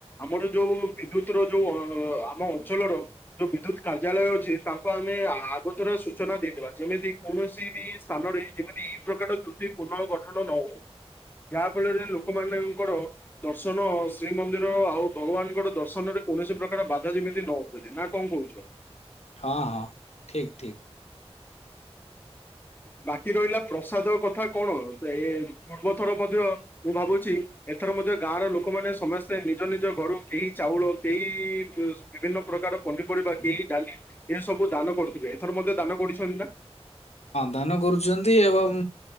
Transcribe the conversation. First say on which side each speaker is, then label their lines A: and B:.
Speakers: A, on the left; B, on the left.
A: ଆମର ଯୋଉ ବିଦ୍ୟୁତ୍ ର ଯୋଉ ଆମ ଅଞ୍ଚଳର ଯୋଉ ବିଦ୍ୟୁତ୍ କାର୍ଯ୍ୟାଳୟ ଅଛି। ତାଙ୍କୁ ଆମେ ଆଗତରେ ସୂଚନା ଦେଇଦବା। ଯେମିତି କୌଣସି ବି ସା ଯେମିତି ଏଇ ପ୍ରକାର ତ୍ରୁତି ପୁନଃ ଗଠନ ନହୋଉ। ଯାହା ଫଳରେ ଲୋକ ମାନେଙ୍କର ଦର୍ଶନ ଶ୍ରୀମନ୍ଦିର ଆଉ ଭଗବାନଙ୍କର ଦର୍ଶନରେ କୌଣସି ପ୍ରକାର ବାଧା ଯେମିତି ନ ହୁଏ। ନା କଣ କହୁଛ?
B: ହଁ ହଁ ଠିକ୍ ଠିକ୍।
A: <inaudible> ବାକି ରହିଲା ପ୍ରସାଦ କଥା କଣ ସେ ପୂର୍ବଥର ମଧ୍ୟ ମୁଁ ଭାବୁଛି ଏଥର ମଧ୍ୟ ଗାଁର ଲୋକମାନେ ସମସ୍ତେ ନିଜ ନିଜ ଘରୁ କେହି ଚାଉଳ କେହି ବିଭିନ୍ନ ପ୍ରକାରର ପନି ଡାଲି ଏସବୁ ଦାନ କରୁଥିବେ। ଏଥର ମଧ୍ୟ ଦାନ କରିଛନ୍ତି ନା।
B: ଧାନ କରୁଛନ୍ତି। ଏବଂ